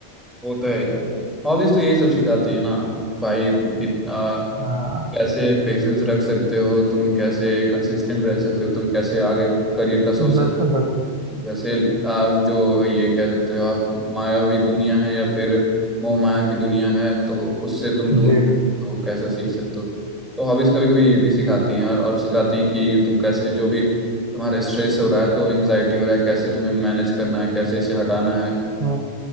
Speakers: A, in the centre; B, on the right.
A: वो तो है यार हॉबीज तो यही सब सिखाती है ना भाई कि, आ,
B: हाँ
A: कैसे पेशेंस रख सकते हो तुम कैसे कंसिस्टेंट रह सकते हो तुम कैसे आगे करियर का सोच
B: बिल्कुल बिल्कुल
A: जैसे आप जो ये कह सकते हो आप मायावी दुनिया है या फिर मोह माया की दुनिया है तो उससे तुम दूर
B: जी
A: हो कैसे सीख सकते हो तो हॉबीज कभी कभी ये भी सिखाती हैं और, और सिखाती हैं कि तुम कैसे जो भी तुम्हारा स्ट्रेस हो रहा है तो एंजाइटी हो रहा है कैसे तुम्हें मैनेज करना है कैसे इसे हटाना है
B: हम्म